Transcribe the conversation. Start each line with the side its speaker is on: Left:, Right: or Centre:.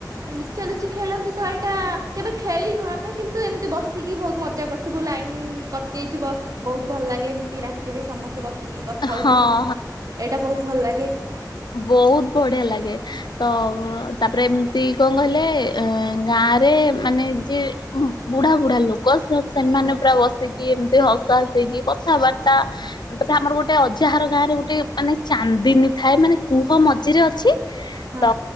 Right: ଲୁଚା ଲୁଚି ଖେଳନ୍ତି ତ ଏଇଟା କେବେ ଖେଳିନୁ ଆମେ କିନ୍ତୁ ଏମିତି ବସିକି ବୋହୁତ ମଜା କରିଥିବୁ ଲାଇନ କଟି ଯାଇଥିବ ବୋହୁତ ଭଲ ଲାଗେ ଏମତି ରାତିରେ ସମସ୍ତେ ବସିକି କଥା ହଉଥିବୁ
Left: ହଁ
Right: ଏଇଟା ବୋହୁତ ଭଲ ଲାଗେ।
Left: ବୋହୁତ ବଢିଆ ଲାଗେ। ତ ତାପରେ ଏମିତି କଣ କହିଲେ ଅ ଗାଁରେ ମାନେ ଯିଏ ଉଁହୁଁ। ବୁଢା ବୁଢା ଲୋକ ସେ ସେମାନେ
Right: ହଁ
Left: ପୁରା ବସିକି ଏମତି ହସା ହସିଇକି କଥାବାର୍ତ୍ତା ତା ପରେ ଆମର ଗୋଟେ ଅଜାହାର ଗାଁ ରେ ଗୋଟେ ମାନେ ଚାନ୍ଦିନୀ ଥାଏ ମାନେ କୁହ ମଝିରେ ଅଛି
Right: ହଁ
Left: ତ